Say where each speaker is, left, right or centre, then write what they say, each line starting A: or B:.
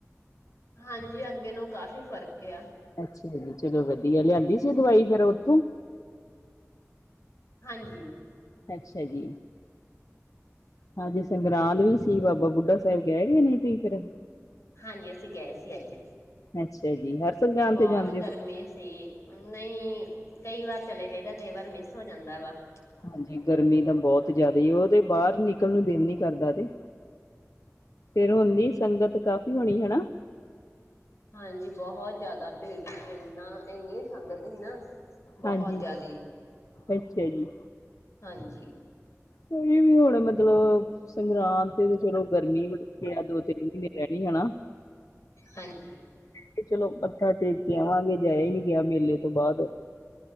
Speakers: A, on the left; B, on the left.
A: ਹਾਂਜੀ ਅੱਗੇ ਨਾਲ਼ੋਂ ਕਾਫ਼ੀ ਫ਼ਰਕ ਆ।
B: ਅੱਛਾ ਜੀ ਚਲੋ ਵਧੀਆ ਲਿਆਂਦੀ ਸੀ ਦਵਾਈ ਫਿਰ ਉੱਥੋਂ
A: ਹਾਂਜੀ
B: ਅੱਛਾ ਜੀ! ਹਾਂਜੀ ਸੰਗਰਾਂਦ ਵੀ ਸੀ ਬਾਬਾ ਬੁੱਢਾ ਸਾਹਿਬ ਗਏਕਿ ਨੇ ਤੁਸੀਂ ਫਿਰ
A: ਹਾਂਜੀ ਅਸੀਂ ਗਏ ਸੀ ਅੱਜ
B: ਅੱਛਾ ਜੀ ਹਰ ਸੰਗਰਾਂਦ
A: ਬਹੁਤ
B: ਤੇ ਜਾਂਦੇ
A: ਗਰਮੀ
B: ਹੋ।
A: ਸੀ। ਨਈ ਕਈ ਵਾਰ ਚਲੇ ਜਾਈਦਾ ਕਈ ਵਾਰ ਮਿਸ ਹੋ ਜਾਂਦਾ ਵਾ।
B: ਹਾਂਜੀ ਗਰਮੀ ਤਾਂ ਬਹੁਤ ਜ਼ਿਆਦਾ ਉਹ ਤੇ ਬਾਹਰ ਨਿਕਲਣ ਨੂੰ ਦਿਲ ਨੀ ਕਰਦਾ ਤੇ ਫਿਰ ਉਨੀ ਸੰਗਤ ਕਾਫ਼ੀ ਹੋਣੀ ਹਣਾ।
A: ਹਾਂਜੀ ਬਹੁਤ ਜ਼ਿਆਦਾ ਭੀੜ ਸੀ ਇਨਾ ਇਹਨੀ ਸੰਗਤ ਸੀ ਨਾ ਬਹੁਤ
B: ਹਾਂਜੀ,
A: ਜ਼ਿਆਦੀ
B: ਅੱਛਾ ਜੀ।
A: ਹਾਂਜੀ
B: ਕੋਈ ਵੀ ਹੁਣ ਮਤਲਬ ਸੰਗਰਾਂਦ ਤੇ ਤੇ ਚਲੋ ਗਰਮੀ ਬੜੀ ਆ ਦੋ ਤਿੰਨ ਮਹੀਨੇ ਰਹਿ ਗਏ ਹਣਾ।
A: ਹਾਂਜੀ
B: ਤੇ ਚਲੋ ਮੱਥਾ ਟੇਕ ਕੇ ਆਵਾਂਗੇ ਜਾਇਆ ਹੀ ਨੀ ਗਿਆ ਮੇਲੇ ਤੋਂ ਬਾਅਦ